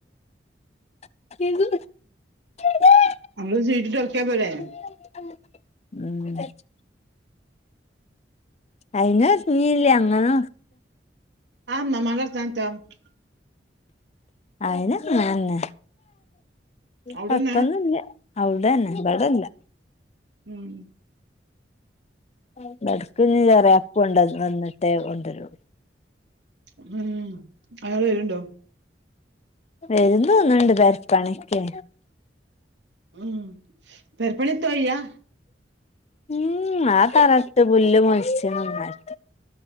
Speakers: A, on the left; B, on the right.
A: <unintelligible>
B: നമ്മള് ഇത് ചെയ്തിട്ട് എറക്കിയ പോരെ
A: ഉം അയിന് ഒരങ്ങില്ല്യ ഒര്ങ്ങണം
B: ആ <unintelligible> എട്ത്ത് <unintelligible>
A: അയിന് അങ്ങനെനന്നേ
B: അവിടെന്നെ
A: കൊഴപ്പൊന്നുല്ല അവട അന്നെ ഇവിടല്ല
B: ഉം
A: <unintelligible> എന്നിട്ടേ കൊണ്ടരു
B: ഉം അയാള് വര്ണ്ടോ
A: വരും തോന്നുണ്ട് പെരപ്പണിക്കെ
B: ഉം പെരപ്പണി എത്തും ആയിയ്യാ
A: ഉം ആ തറട്ട് പുല്ല് മൊൾച്ചത് നന്നായി